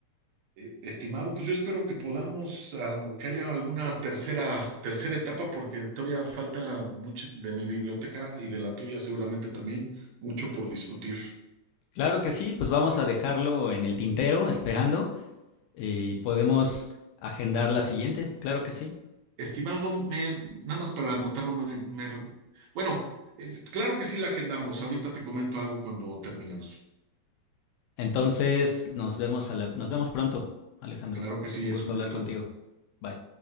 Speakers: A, on the right; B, on the left.
A: eh, estimado, pues yo espero que podamos, ah, que haya alguna tercera, tercera etapa, porque todavía falta mucho de mi biblioteca y de la tuya seguramente también, mucho por discutir.
B: Claro que sí, pues vamos a dejarlo en el tintero, esperando, y podemos agendar la siguiente, claro que sí.
A: Estimado, me- nada más para anotarlo, me- me- bueno, es- claro que sí la agendamos. Ahorita te comento algo cuando terminemos.
B: Entonces, nos vemos a la- nos vemos pronto, Alejandro.
A: Claro que sí,
B: Un
A: es
B: gusto
A: un gusto.
B: hablar contigo. Bye.